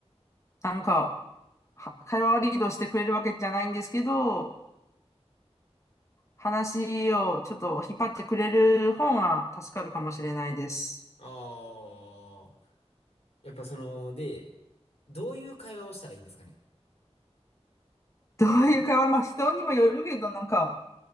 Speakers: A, on the left; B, on the left.
A: なんか、は会話をリードしてくれるわけじゃないんですけど、話をちょっと引っ張ってくれる方が助かるかもしれないです。
B: ああ。やっぱその、で、どういう会話をしたらいいんですかね。
A: どういう会話、まあ人にもよるけど、なんか、